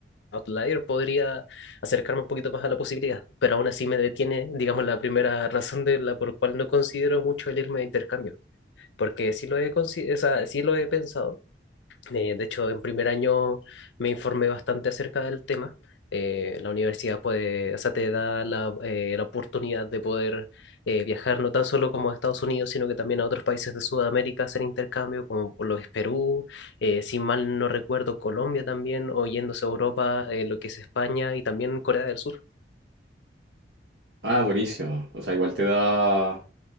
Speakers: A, on the left (about 80°); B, on the right (about 70°).
A: Outlier, podría acercarme un poquito más a la posibilidad, pero aún así me detiene, digamos, la primera razón de la por cual no considero mucho el irme de intercambio, porque sí lo he, consi- o sea, sí lo he pensado, eh, de hecho en primer año me informé bastante acerca del tema, eh, la universidad puede, o sea, te da la, eh, la oportunidad de poder eh, viajar no tan solo como a Estados Unidos, sino que también a otros países de Sudamérica hacer intercambio, como lo es Perú, eh, si mal no recuerdo, Colombia también, o yéndose a Europa, eh, lo que es España y también Corea del Sur.
B: Ah, buenísimo. O sea, igual te da,